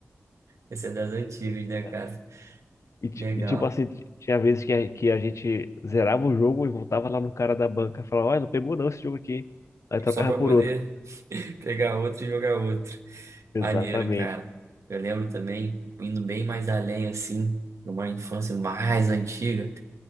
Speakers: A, on the right; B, on the left.
A: Essa é das antigas,
B: Pois
A: né, cara?
B: é. E, ti-
A: Legal.
B: e, tipo assim, ti- tinha vezes que a, que a gente zerava o jogo e voltava lá no cara da banca e falava, olha, não pegou não esse jogo aqui. hein?" Aí
A: E
B: trocava
A: Só pra
B: por
A: poder
B: outro.
A: <laughs> pegar outro e jogar outro.
B: Exatamente.
A: Maneiro, cara. Eu lembro também, indo bem mais além, assim, numa infância mais antiga.